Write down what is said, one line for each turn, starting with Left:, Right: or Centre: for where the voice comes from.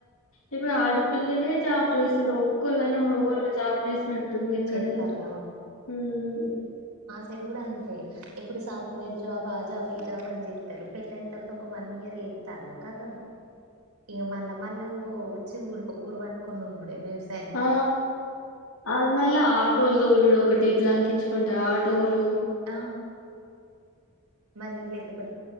Left: ఇప్పుడాపిల్లలే జాబ్ జెస్తున్నారు ఒక్ ఒక్కోళ్లైనా మొగోళ్ళు జాబ్ జేస్నట్టుందా ఎక్కడైనా
Right: చేత్తల్ల
Left: ఉమ్ ఉమ్
Right: పెరుగుడు అంతే ఇప్పుడు సాఫ్ట్వేర్ జాబ్ ఆజ్ జాబ్ ఈ జాబ్ అని జేత్తరూ పెళ్లెయింతరత ఒక్క వన్ ఇయర్ జేత్తాల్లు కథం ఇగ మళ్ళా మళ్ళో ఒచ్చి ఉడ్ ఊర్ వట్టుకొని ఉండుడే వేస్
Left: ఆ అ మళ్ళా ఆటోల్ దోలుడొకటి ఇట్లాంకిచ్చుకుంటా ఆటోలు
Right: ఆ మళ్ళీ లేకపల్